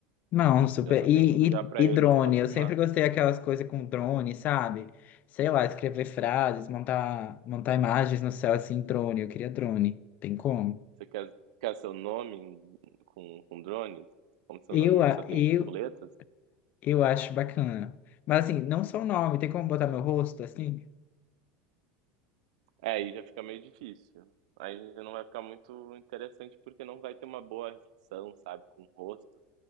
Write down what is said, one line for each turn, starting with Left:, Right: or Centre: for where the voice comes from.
Left: Não, super.
Right: Eu só
Left: E,
Right: tenho que ligar para
Left: e,
Right: eles
Left: e drone,
Right: e confirmar.
Left: eu sempre gostei daquelas coisas com drone, sabe? Sei lá, escrever frases, montar, montar imagens no céu assim, drone. Eu queria drone. Tem como?
Right: Você quer, quer seu nome em- com, com drones? Como seu
Left: Eu,
Right: nome
Left: a-
Right: só tem
Left: eu,
Right: cinco letras?
Left: eu acho bacana. Mas assim, não só o nome, tem como botar meu rosto assim?
Right: É, aí já fica meio difícil. Aí não vai ficar muito interessante porque não vai ter uma boa ação, sabe, com o rosto.